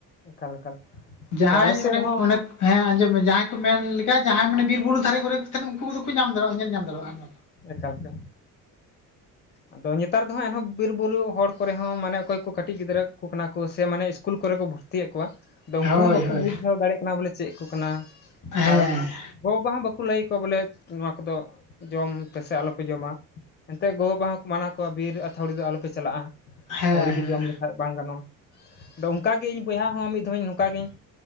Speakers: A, on the left; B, on the left.
A: ᱮᱠᱟᱞ ᱮᱠᱟᱞ
B: ᱡᱟᱦᱟᱸᱭ
A: ᱟᱫᱚ ᱟᱞᱮ ᱥᱮᱫ
B: ᱚᱱᱮᱧ
A: ᱨᱮᱦᱚᱸ
B: ᱚᱱᱮᱠ ᱦᱮᱸ ᱟᱸᱡᱚᱢ ᱢᱮ ᱜᱤᱭ ᱡᱟᱦᱟᱸᱭ ᱢᱮᱱ ᱞᱮᱠᱟ ᱡᱟᱦᱟᱸᱭ ᱢᱟᱱᱮ ᱵᱤᱨᱻ ᱵᱩᱨᱩ ᱫᱷᱟᱨᱮ ᱠᱚᱨᱮ ᱠᱚ ᱛᱟᱦᱮᱱ ᱩᱱᱠᱩ ᱠᱚᱫᱚ ᱠᱚ ᱧᱟᱢ ᱫᱟᱲᱮᱭᱟᱜᱼᱟ ᱧᱮᱞ ᱧᱟᱢ ᱫᱟᱲᱮᱭᱟᱜᱼᱟ
A: ᱮᱠᱟᱞ ᱛᱮ ᱟᱫᱚ ᱱᱮᱛᱟᱨ ᱫᱚ ᱦᱟᱸᱜ ᱮᱱᱦᱚᱸ ᱵᱤᱨ ᱵᱩᱨᱩ ᱦᱚᱲ ᱠᱚᱨᱮ ᱦᱚᱸ ᱢᱟᱱᱮ ᱚᱠᱚᱭ ᱠᱚ ᱠᱟᱹᱴᱤᱡ ᱜᱤᱫᱽᱨᱟᱹ ᱠᱚ ᱠᱟᱱᱟ ᱠᱚ ᱥᱮ ᱢᱟᱱᱮ ᱤᱥᱠ ᱠᱩᱞ ᱠᱚᱨᱮ ᱠᱚ ᱵᱷᱚᱨᱛᱤᱭᱮᱫ ᱠᱚᱣᱟ ᱟᱫᱚ ᱩᱱᱠᱩ
B: ᱦᱳᱭ
A: ᱦᱚᱸ ᱵᱟᱠᱚ
B: ᱦᱳᱭ
A: ᱵᱩᱡᱷᱟᱹᱣ ᱫᱟᱲᱮᱭᱟᱜ ᱠᱟᱱᱟ ᱵᱚᱞᱮ ᱪᱮᱫ ᱠᱚ ᱠᱟᱱᱟ?
B: ᱦᱮᱸ
A: ᱟᱨ ᱜᱚᱵᱟ ᱦᱚ ᱵᱟᱠᱚ ᱞᱟᱹᱭ ᱟᱠᱚᱣᱟ ᱵᱚᱞᱮ ᱱᱚᱶᱟ ᱠᱚᱫᱚ ᱡᱚᱢ ᱯᱮ ᱥᱮ ᱟᱞᱚ ᱯᱮ ᱡᱚᱢᱟ ᱮᱱᱛᱮ ᱜᱚᱵᱟ ᱦᱚᱸ ᱠᱚ ᱢᱟᱱᱟ‌ ᱠᱚᱣᱟ ᱵᱤᱨ ᱟᱹᱛᱷᱣᱲᱤ ᱫᱚ ᱟᱞᱚ ᱯᱮ ᱪᱟᱞᱟᱜᱼᱟ
B: ᱦᱮᱸ
A: ᱟᱹᱣᱤ ᱜᱮ
B: ᱦᱮᱸ
A: ᱡᱚᱢ ᱞᱮᱠᱷᱟᱱ ᱵᱟᱝ ᱜᱟᱱᱚᱜᱼᱟ ᱟᱫᱚ ᱚᱱᱠᱟᱜᱮ ᱤᱧ ᱵᱚᱭᱦᱟ ᱦᱚᱸ ᱢᱤᱫ ᱫᱷᱟᱣᱤᱧ ᱱᱚᱝᱠᱟ ᱜᱤᱧ